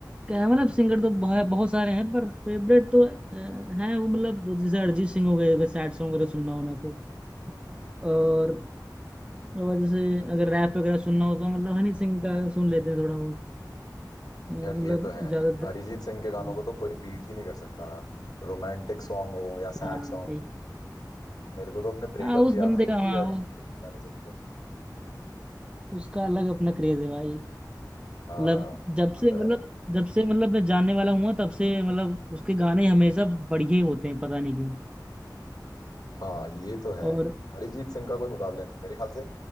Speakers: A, on the right (about 15°); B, on the left (about 65°).
A: क्या मतलब सिंगर तो बहुत बहुत सारे हैं पर फेवरेट तो अ, हैं वो मतलब जैसे अरिजीत सिंह हो गए अगर सैड सॉन्ग वगैरह सुनना हो ना तो
B: हम्म
A: और और जैसे अगर रैप वगैरह सुनना हो तो मतलब हनी सिंह का सुन लेते हैं थोड़ा बहुत अ, मतलब
B: यार ये तो है
A: ज्यादातर
B: अरिजीत सिंह के गानों
A: हम्म,
B: को तो कोई बीट ही नहीं कर सकता रोमांटिक सॉन्ग हो या सैड
A: हाँ
B: सॉन्ग
A: भाई
B: हो मेरे को तो अपने ब्रेकअप
A: हाँ उस
B: की याद
A: बंदे
B: आ जाती
A: का हाँ
B: है अरिजीत
A: उस-
B: सिंह के गाने सुन के
A: उसका अलग अपना क्रेज है भाई
B: हाँ
A: मतलब जब
B: ये
A: से
B: तो
A: मतलब
B: है
A: जब से मतलब मैं जानने वाला हुआ तब से मतलब उसके गाने हमेशा बढ़िया ही होते हैं पता नहीं क्यों
B: हाँ ये तो है
A: और
B: अरिजीत सिंह का कोई मुकाबला नहीं मेरे ख्याल से